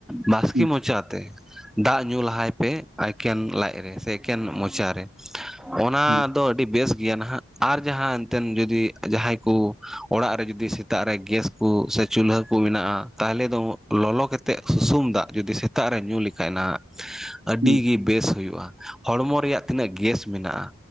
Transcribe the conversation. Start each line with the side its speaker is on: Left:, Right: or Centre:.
Centre: ᱵᱟᱥᱠᱮ
Right: ᱦᱩᱸ
Centre: ᱢᱚᱪᱟ ᱛᱮ ᱫᱟᱜ ᱧᱩ ᱞᱟᱦᱟᱭ ᱯᱮ ᱮᱠᱮᱱ ᱞᱟᱡ ᱨᱮ ᱥᱮ ᱮᱠᱮᱱ ᱢᱚᱪᱟ ᱨᱮ ᱾ ᱚᱱᱟ
Right: ᱦᱩᱸ
Centre: ᱫᱚ ᱟᱹᱰᱤ ᱵᱮᱥ ᱜᱮᱭᱟ ᱱᱟᱦᱟᱜ ᱟᱨ ᱡᱟᱦᱟᱸ ᱮᱱᱛᱮᱫ ᱡᱩᱫᱤ ᱡᱟᱦᱟᱸᱭ ᱠᱚ ᱚᱲᱟᱜ ᱨᱮ ᱡᱩᱫᱤ ᱥᱮᱛᱟᱜ ᱨᱮ ᱜᱮᱥ ᱠᱚ ᱥᱮ ᱪᱩᱞᱦᱟᱹ ᱠᱚ ᱢᱮᱱᱟᱜᱼᱟ ᱛᱟᱦᱚᱞᱮ ᱫᱚ ᱞᱚᱞᱚ ᱠᱟᱛᱮᱫ ᱥᱩᱥᱩᱢ ᱫᱟᱜ ᱡᱩᱫᱤ ᱥᱮᱛᱟᱜ ᱨᱮ ᱧᱩ ᱞᱮᱠᱷᱟᱡ ᱱᱟᱦᱟᱜ ᱟᱹᱰᱤ
Right: ᱦᱩᱸ
Centre: ᱜᱮ ᱵᱮᱥ ᱦᱩᱭᱩᱜᱼᱟ ᱾ ᱦᱚᱲᱢᱚ ᱨᱮᱭᱟᱜ ᱛᱤᱱᱟᱹᱜ ᱜᱮᱥ ᱢᱮᱱᱟᱜᱼᱟ